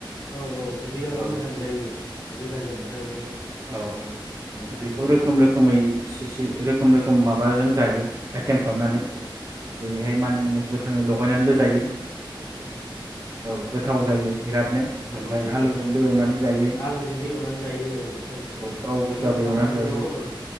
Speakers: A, on the left; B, on the right.
A: औ औ उदैयावबो
B: औ
A: मोजां जायो उदै गाज्रि जानायफ्राबो
B: अ
A: औ देहानि थाखाय
B: बेखौ
A: मोजां
B: रोखोम
A: बेबो
B: रोखोमै सिस रोखोम रोखोम माबाजों जायो आइटेम खालामनानै
A: औ
B: जेरैहाय
A: औ
B: मानि मुनि गोथाङै लगायनानैबो ज जायो
A: औ उम
B: औ गोथाव जायो
A: उम
B: बिरादनो
A: गोथाव
B: ओमफ्राय
A: जायो
B: आलुजोंबो एवनानै जायो
A: आलुजोंबो एवनानै जायो औ सोर ओं
B: गाव गोजाबो
A: सोरबा सोरबा
B: एवनानै
A: आलु
B: जायो
A: जहल ओम